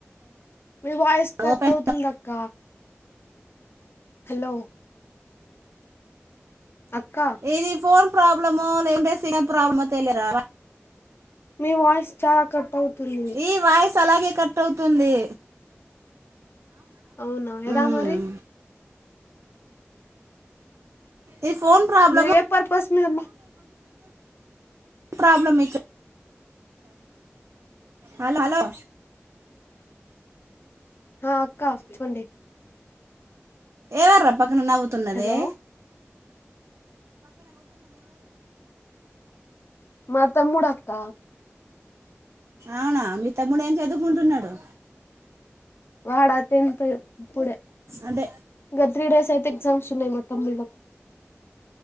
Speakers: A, on the left; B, on the right.
A: మీ వాయిస్ కట్
B: ఓపెన్
A: అవుతుంది అక్క హలో అక్క
B: ఇది ఫోన్ ప్రాబ్లమో లేదంటే సిగ్నల్ ప్రాబ్లమా ప తెలియరా
A: మీ వాయిస్ చాలా కట్ అవుతుంది
B: ఈ వాయిస్ అలాగే కట్ అవుతుంది
A: అవునా ఎలా
B: ఉమ్
A: మరి
B: ఇది ఫోన్ ప్రాబ్లము
A: మీరు ఏ పర్పస్ మీద
B: ప్రాబ్లమ్ హలో హలో
A: హ అక్క చెప్పండి
B: ఎవర్ర పక్కన నవ్వుతున్నదే
A: హలో మా తమ్ముడక్క
B: అవునా మీ తమ్ముడు ఏం చదువుకుంటున్నాడు
A: వాడా టెన్తు ఇప్పుడే
B: అదే
A: ఇంకా త్రీ డేస్ అయితే ఎగ్జామ్స్ ఉన్నాయి మా తమ్ముళ్ళలకు